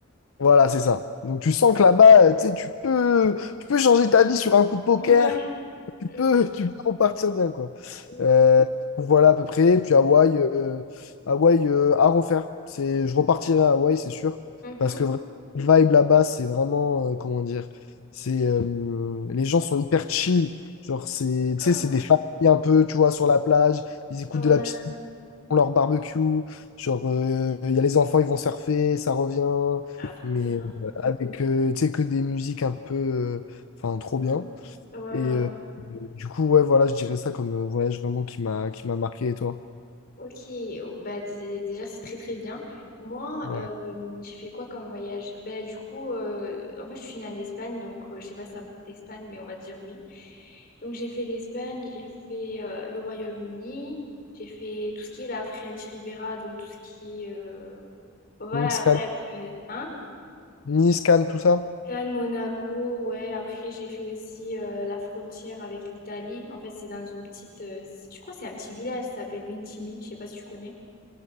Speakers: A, on the left; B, on the left.
A: Voilà, c'est ça. Donc tu sens que là-bas, euh, tu sais, tu peux, tu peux changer ta vie sur un coup de poker,
B: Ouais,
A: tu
B: ok,
A: peux, tu peux repartir bien, quoi.
B: ouais,
A: Euh, voilà à peu près. Puis Hawaï, euh, Hawaï euh, à refaire. C'est, je repartirai à Hawaï, c'est sûr.
B: Mhm.
A: Parce que vraiment, le vibe là-bas, c'est vraiment, euh, comment dire, c'est, euh, les gens sont hyper chill. Genre, c'est,
B: d'accord.
A: tu sais, c'est des familles un peu, tu vois, sur la plage. Ils écoutent
B: Ouais,
A: de la petite, ils font leur barbecue. Genre, euh, il y a les enfants, ils vont surfer, ça revient.
B: Ah, trop
A: Mais
B: bien.
A: euh, avec, euh, tu sais, que des musiques un peu, euh, enfin, trop
B: Mhm.
A: bien.
B: Ouais, ouais.
A: Et
B: ouais.
A: euh, du coup, ouais, voilà, je dirais ça comme euh, voyage vraiment qui m'a qui m'a marqué. Et toi?
B: Ok, oh, bah dé- déjà c'est très très bien. Moi,
A: Ouais.
B: euh, j'ai fait quoi comme voyage? Bah du coup, euh, en fait je suis née en Espagne, donc euh, je sais pas si ça compte l'Espagne, mais on va dire oui. Donc j'ai fait l'Espagne, j'ai fait euh, le Royaume-Uni, j'ai fait tout ce qui est la French Riviera, donc tout ce qui est... euh, bon, Voilà,
A: Nice, Cannes,
B: bref. euh, Hein?
A: Nice, Cannes, tout ça?
B: Cannes, Monaco, ouais. Après j'ai fait aussi euh, la frontière avec l'Italie. En fait c'est dans une petite... euh, je crois que c'est un petit village, ça s'appelle Vintimille, je sais pas si tu connais.